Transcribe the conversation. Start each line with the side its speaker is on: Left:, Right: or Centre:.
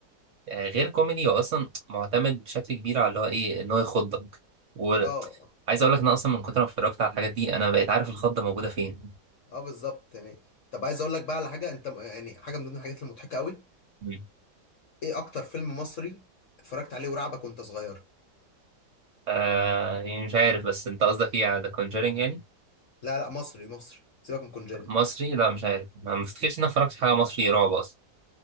Right: آه، غير كوميدي هو اصلا معتمد بشكل كبير على اللي هو ايه ان هو يخضك وعايز
Left: اه
Right: اقول لك ان أنا اصلا من كتر ما اتفرجت على الحاجات دي انا بقيت عارف الخضة موجودة فين
Left: اه بالظبط يعني طب عايز اقول لك بقى على حاجه انت م- يعني حاجه من ضمن الحاجات المضحكه قوي
Right: مم.
Left: ايه اكتر فيلم مصري اتفرجت عليه ورعبك وانت صغير
Right: آه يعني مش عارف بس انت قصدك ايه على ذا كونجرينج يعني
Left: لا لا مصري مصري سيبك من كونجري
Right: مصري لا مش عارف ما ما افتكرش ان انا اتفرجت على حاجة مصري رعب اصلا